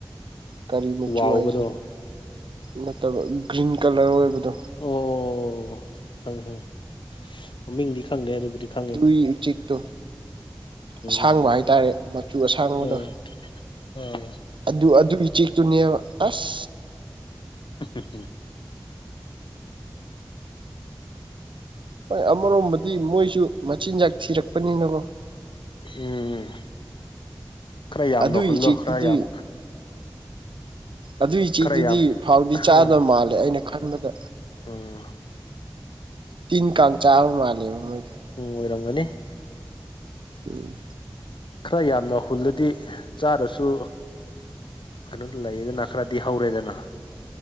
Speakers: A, on the right; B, on the left.
A: ꯀꯔꯤ ꯃꯆꯨ
B: ꯋꯥꯎꯕꯗꯣ
A: ꯍꯥꯏꯁꯤꯔ ꯅꯠꯇꯕ ꯒ꯭ꯔꯤꯟ ꯀꯂꯔ ꯑꯣꯏꯕꯗꯣ
B: ꯑꯣ ꯑꯣ ꯑꯣ ꯈꯪꯉꯦ ꯈꯪꯉꯦ ꯃꯃꯤꯡꯗꯤ ꯈꯪꯗꯦ ꯑꯗꯨꯕꯨꯗꯤ ꯈꯪꯉꯤ
A: ꯀꯤ ꯎꯆꯦꯛꯇꯣ ꯑꯁꯥꯡꯕ
B: ꯎꯝ
A: ꯍꯥꯏꯇꯥꯔꯦ ꯃꯆꯨ ꯑꯁꯥꯡꯕꯗꯣ
B: ꯎꯝ ꯎꯝ
A: ꯑꯗꯨ ꯑꯗꯨꯏ ꯎꯆꯦꯛꯇꯨꯅꯦꯕ ꯑꯁ
B: <unintelligible>
A: ꯍꯣꯏ ꯑꯃꯔꯣꯝꯕꯨꯗꯤ ꯃꯣꯏꯁꯨ ꯃꯆꯤꯟꯖꯥꯛ ꯊꯤꯔꯛꯄꯅꯤꯅꯀꯣ
B: ꯎꯝ ꯈꯔ ꯌꯥꯝꯅ
A: ꯑꯗꯨꯒꯤ
B: ꯍꯨꯜꯂꯣ
A: ꯆꯦꯛꯇꯨꯗꯤ
B: ꯈꯔ ꯌꯥꯝ
A: ꯑꯗꯨꯏ ꯎꯆꯦꯛꯇꯨꯗꯤ
B: ꯈꯔ ꯌꯥꯝ
A: ꯐꯥꯎꯗꯤ
B: ꯎꯝ
A: ꯆꯥꯗꯕ ꯃꯥꯂꯦ ꯑꯩꯅ ꯈꯟꯕꯗ
B: ꯎꯝ
A: ꯇꯤꯟ ꯀꯥꯡ ꯆꯥꯕ ꯃꯥꯂꯦꯕ ꯃꯣꯏꯗꯣ
B: ꯎꯝ ꯑꯣꯏꯔꯝꯒꯅꯤ
A: ꯎꯝ
B: ꯈꯔ ꯌꯥꯝꯅ ꯍꯨꯜꯂꯗꯤ ꯆꯥꯔꯁꯨ ꯈꯅꯣꯗꯨ ꯂꯩꯌꯦꯗꯅ ꯈꯔꯗꯤ ꯍꯧꯔꯦꯗꯅ